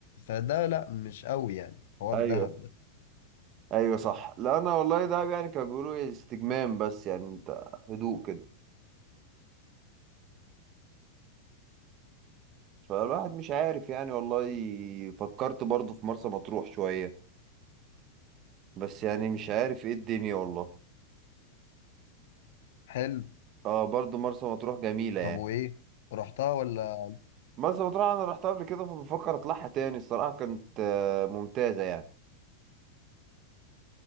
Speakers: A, on the left; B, on the right.
A: فده لا مش قوي يعني حوار
B: ايوه
A: دهب ده
B: ايوه صح لا انا والله ده يعني كانوا بيقولوا إيه استجمام بس يعني انت هدوء كده فالواحد مش عارف يعني والله فكرت برضه في مرسى مطروح شوية بس يعني مش عارف ايه الدنيا والله
A: حلو
B: اه برضه مرسى مطروح جميلة يعني
A: طب وايه رحتها ولا
B: مرسى مطروح انا رحتها قبل كده فبفكر اطلعها تاني الصراحة كانت آه، ممتازة يعني